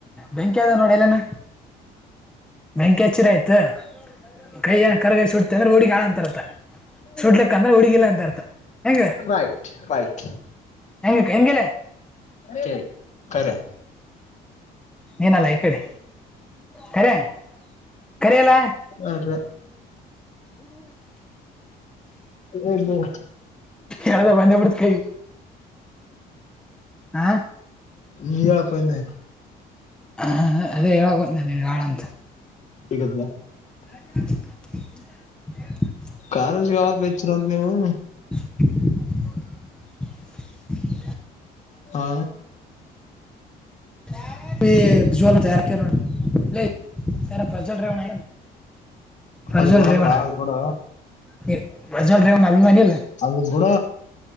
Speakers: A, in the centre; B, on the left.
A: ಬೆಂಕಿ ಅದ ನೋಡಿ ಎಲ್ಲಾನ ಬೆಂಕಿ ಹಚ್ಚಿರ ಆಯ್ತು ಕೈಯ ಏನ ಕರಗೈ ಸುಡ್ತ ಅಂದ್ರೆ ಹುಡಿಗಿಳ ಅಂತ ಅರ್ಥ ಸುಡ್ಲಕ್ಕ ಅಂದ್ರೆ ಹುಡಿಗಿಲ್ಲಾ ಅಂತ ಅರ್ಥ ಹೆಂಗ
B: ರೈಟ್ ರೈಟ್
A: ಹೆಂಗ ಹೆಂಗೆಲ್ಲ
B: ಕೆ ಕರೆ
A: ಏನಲ್ಲ ಈ ಕಡೆ ಖರೆ ಕಖರೆ ಎಲ್ಲ
B: ಅದೆ ಹದು
A: ಯದ ಬಂದಂದು ಬಿಡ್ತಕಿ ಹ
B: ನೀ ಹೇಳಪ್ಪಂದೆ
A: ಹ ಅದೇ ಹೇಳೋದ ನ ನಿನ್ಗೆ ಆಳ ಅಂತ
B: ಕ <unintelligible>
A: <inaudible>
B: ಕಾಲೇಜ್ಗೆ ಯಕ ಇಚ್ಚರಂತ ನೀವು
A: <inaudible> <inaudible>
B: ಹಾ
A: ಪ ಭಜಾಲ ತಯಾರಕ ನ ರ ಪ್ರಜಲ್ ಡ್ರೈವಣ ಆ ಪ್ರಜಲ್
B: ಅದು ಬಿಡಪ್ಪಾ
A: ಡ್ರೈವಣ
B: ಅದು ಬಿಡ
A: ನೀ ಲ್ ರನ್ನ ಅಭಿಮಾನಿ ಲ್ಲ
B: ಅಲ್ಲಿ ಬುಡ